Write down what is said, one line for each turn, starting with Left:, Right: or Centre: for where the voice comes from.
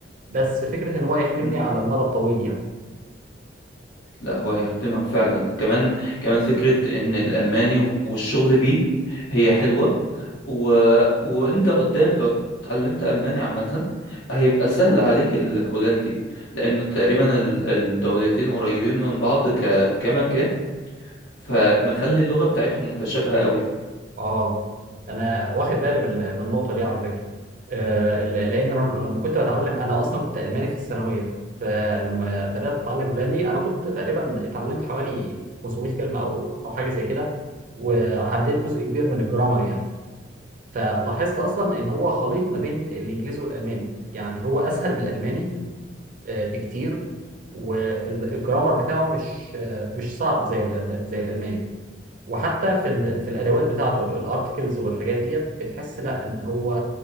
Right: بس فكرة إن هو يخدمني
Left: مم.
Right: على المدى الطويل يعني
Left: لا هو هيخدمك فعلا كمان كمان فكرة إن الألماني و- والشغل بيه هي حلوة و... وأنت قدام لو اتعلمت ألماني عامة هيبقى سهل عليك الهولندي لأن تقريبا ال- الدولتين قريبين من بعض ك... كمكان فمخلي اللغة بتاعتهم متشابهة قوي
Right: آه أنا واخد بالي من من النقطة دي على فكرة آه ل- لأن أنا لما كنت بتعلم أنا أصلا كنت ألماني في الثانوية فلما بدأت أتعلم هولندي أنا كنت تقريبا اتعلمت حوالي 500 كلمة أو أو حاجة زي كده وعديت جزء كبير من الجرامر يعني فلاحظت أصلا إن هو خليط ما بين الإنجليزي والألماني يعني هو أسهل من الألماني آه بكتير والجرامر بتاعه مش آه مش صعب زي الأل- زي الألماني وحتى في ال... في الادوات بتاعته الارتكلز والحاجات ديت بتحس لا ان هو